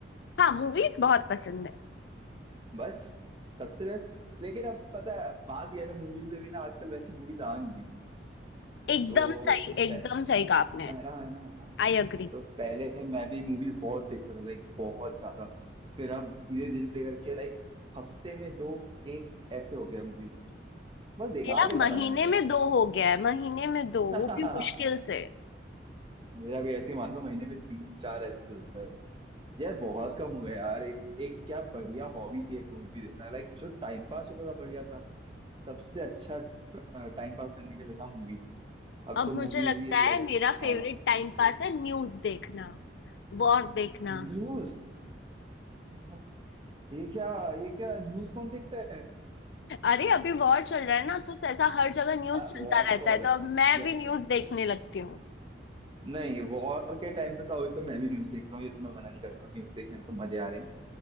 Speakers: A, on the left; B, on the right.
A: हाँ मूवीज बहुत पसंद है
B: बस सबसे बेस्ट लेकिन अब पता है बात यह है ना मूवीज में भी ना आजकल वैसी मूवीज आ नहीं रही
A: एकदम
B: तो
A: सही एकदम
B: प-
A: सही कहा आपने
B: है ना है ना है ना
A: I agree
B: तो पहले मैं भी मूवीज बहुत देखता था लाइक बहुत ज्यादा फिर अब धीरे धीरे करके लाइक हफ्ते में दो एक ऐसे हो गया मूवीज। बस बेकार
A: मेरा
B: बेकार
A: महीने
B: आने लगे यार
A: में दो हो गया है महीने में दो
B: <laughs>
A: वो भी मुश्किल से
B: मेरा भी ऐसे ही मान लो महीने में तीन चार ऐसे चलता है यार बहुत कम हो गया यार एक एक क्या बढ़िया हॉबी थी एक मूवी देखना लाइक जो टाइम पास होता था बढ़िया सा सबसे अच्छा टाइम पास करने के लिए था मूवीज अब
A: अब
B: तो मूवीज
A: मुझे लगता
B: ही
A: है
B: लाइक
A: मेरा
B: फालतू
A: फेवरेट टाइम
B: से आने
A: पास
B: लगे
A: है न्यूज देखना वॉर देखना
B: न्यूज मतलब ये क्या ये क्या न्यूज कौन देखता
A: अरे अभी वॉर चल रहा है ना तो ऐसा हर जगह न्यूज
B: है
A: चलता
B: वॉर
A: रहता
B: तो अलग
A: है तो अब मैं
B: Yes
A: भी न्यूज
B: yes yes
A: देखने लगती हूँ
B: नहीं वॉर के टाइम पे था अभी तो मैं भी न्यूज देख रहा हूँ ये तो मैं मना नहीं कर रहा न्यूज देखने में तो मजे आ रहे हैं